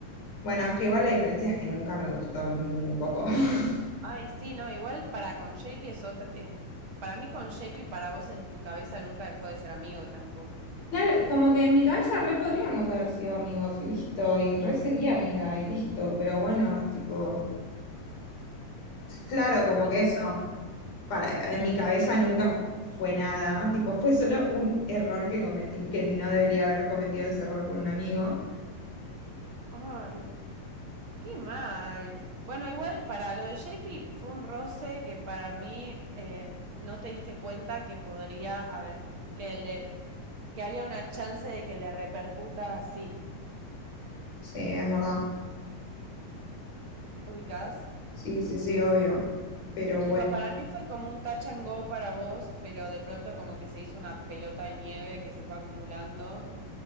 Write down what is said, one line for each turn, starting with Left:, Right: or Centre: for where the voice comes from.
Left: Bueno, es que igual la diferencia es que nunca me gustó ni un poco. <laughs>
Right: Ay, sí, no, igual para con JP es otra... eh, para mí con JP, para vos en tu cabeza nunca dejó de ser amigo tampoco.
Left: Claro, como que en mi cabeza re podríamos haber sido amigos y listo, y re sería amiga y listo, pero bueno, tipo, claro, como
Right: Qué
Left: que eso,
Right: raro.
Left: para- en mi cabeza nunca fue nada, tipo, fue solo un error que cometí, que no debería haber cometido ese error con un amigo.
Right: Ay, Qué mal. Bueno, igual para lo de JP fue un roce que para mí eh, no te diste cuenta que podría haber, que le, que había una chance de que le repercuta así.
Left: Sí, es verdad.
Right: ¿Ubicás?
Left: Sí, sí, sí, obvio. Pero
Right: Tipo,
Left: bueno,
Right: para mí fue como un touch and go para vos, pero de pronto como que se hizo una pelota de nieve que se fue acumulando